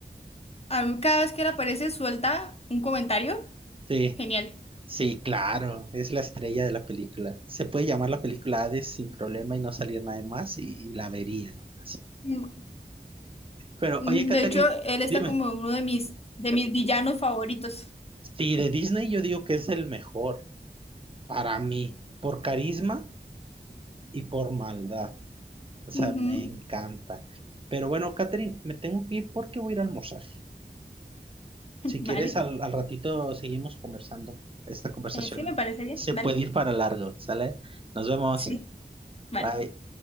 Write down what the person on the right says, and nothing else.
Sí,
sí, claro. Es la estrella de la película. Se puede llamar la película Hades sin problema y no salir nada más y, y la vería aún así.
Pero
oye, Catherine,
dime.
Sí, de Disney yo digo que es el mejor. para mí, por carisma y por maldad. O sea,
me encanta. Pero bueno, Catherine, me tengo que ir porque voy a ir a almorzar.
Si quieres,
al, al ratito seguimos conversando. Esta conversación
se
puede ir para largo, ¿sale? Nos vemos.
Bye.